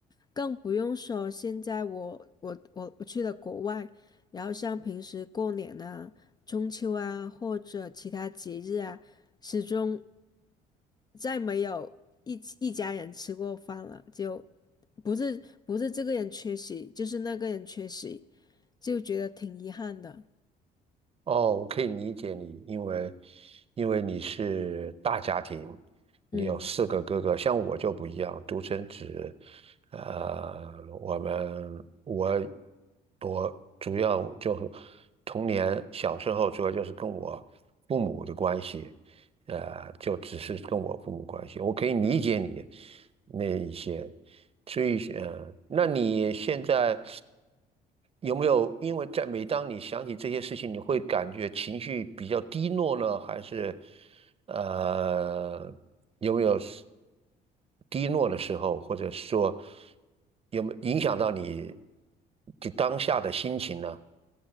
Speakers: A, on the left (about 25°); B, on the right (about 35°).
A: 更不用说现在我我我我去了国外，然后像平时过年啊、中秋啊或者其他节日啊，始终再没有一起一家人吃过饭了，就不是不是这个人缺席，就是那个人缺席，就觉得挺遗憾的，
B: 哦，我可以理解你，因为因为你是大家庭，你有四个哥哥，
A: 嗯。
B: 像我就不一样，独生子。呃，我们我我主要就是童年小时候主要就是跟我父母的关系，呃，就只是跟我父母关系，我可以理解你那一些，所以呃，那你现在有没有因为在每当你想起这些事情，你会感觉情绪比较低落呢，还是呃有没有是低落的时候，或者说有没有影响到你就当下的心情呢？